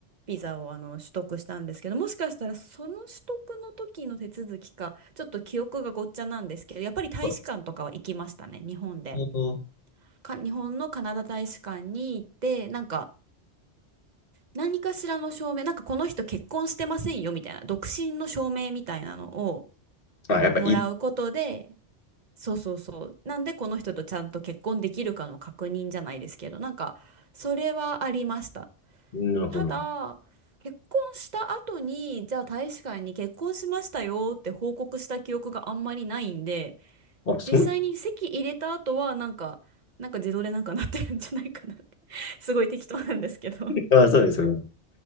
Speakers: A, on the right; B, on the left.
A: ビザをあの取得したんですけどもしかしたらその取得の時の手続きかちょっと記憶がごっちゃなんですけどやっぱり大使館とかは行きましたね日本で。
B: はい
A: か日本のカナダ大使館に行ってなんか何かしらの証明、なんかこの人結婚してませんよみたいな、独身の証明みたいなのを
B: あ、やっぱいい。
A: もらうことで、そうそうそう、なんでこの人とちゃんと結婚できるかの確認じゃないですけど、なんかそれはありました。
B: なるほど。
A: ただ、結婚した後に、じゃあ大使館に結婚しましたよって報告した記憶があんまりないんで、
B: あ、その、
A: 実際に籍入れた後はなんか、なんか自動でなんかなってるんじゃないかなって <laughs> すごい適当なんですけど
B: あ、そうですよね。